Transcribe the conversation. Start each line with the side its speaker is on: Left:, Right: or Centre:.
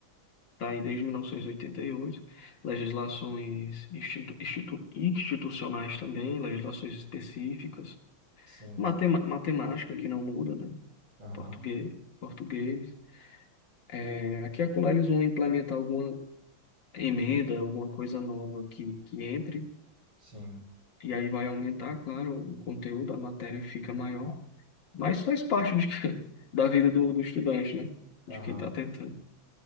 Left: tá aí desde 1988 legislações institu- institu- institucionais também, legislações específicas,
Right: Sim.
Left: Matema- matemática que não muda, né?
Right: Aham.
Left: Português, português. É, aqui e acolá eles vão implementar alguma emenda, alguma coisa nova que, que entre,
Right: Sim.
Left: e aí vai aumentar, claro, o conteúdo, a matéria fica maior, mas faz parte de que- <laughs> da vida do, do estudante, né?
Right: Aham.
Left: De quem está tentando.